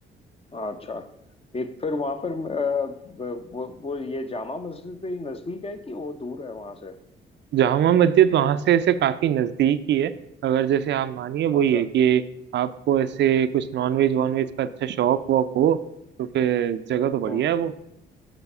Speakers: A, on the left; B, on the right.
A: अच्छा एक फिर वहां पर अ, वो वो ये जामा मस्जिद भी नजदीक है कि वो दूर है वहां से
B: जामा मस्जिद वहाँ से ऐसे काफी नजदीक ही है अगर जैसे आप मानिए वही
A: अच्छा
B: है कि आपको ऐसे कुछ नॉन वेज वॉन वेज का अच्छा शौक वॉक हो तो फिर जगह तो बढ़िया
A: हम्म।
B: है वो